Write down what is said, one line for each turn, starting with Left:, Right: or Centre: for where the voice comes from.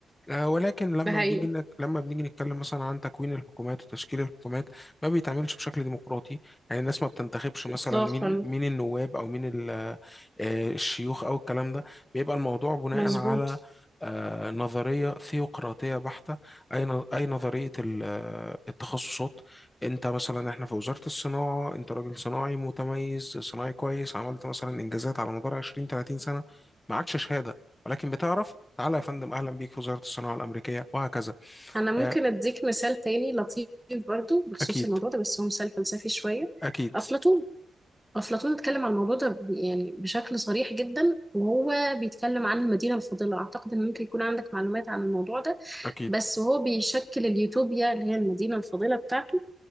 Left: آه، ولكن لما
Centre: ده حقيقي
Left: بنيجي نك... لما بنيجي نتكلم مثلا عن تكوين الحكومات وتشكيل الحكومات ما بيتعملش بشكل ديمقراطي يعني الناس ما بتنتخبش مثلا
Centre: إطلاقا
Left: مين مين النواب او مين ال... آه، الشيوخ او الكلام ده بيبقى الموضوع بناء
Centre: مظبوط
Left: على آه، نظرية ثيوقراطية بحتة أي ن- أي نظرية ال- آه، التخصصات أنت مثلا إحنا في وزارة الصناعة أنت راجل صناعي متميز صناعي كويس عملت مثلا إنجازات على مدار 20 30 سنة معكش شهادة ولكن بتعرف تعالى يا فندم اهلا بيك في وزاره الصناعه الامريكيه وهكذا
Centre: أنا ممكن
Left: آه،
Centre: أديك مثال تاني لطيف برضو بخصوص
Left: اكيد
Centre: الموضوع ده بس هو مثال فلسفي شوية
Left: اكيد
Centre: أفلاطون أفلاطون اتكلم عن الموضوع ده ب- يعني بشكل صريح جدا وهو بيتكلم عن المدينة الفاضلة أعتقد إن ممكن يكون عندك معلومات عن الموضوع ده
Left: اكيد
Centre: بس هو بيشكل اليوتوبيا اللي هي المدينة الفاضلة بتاعته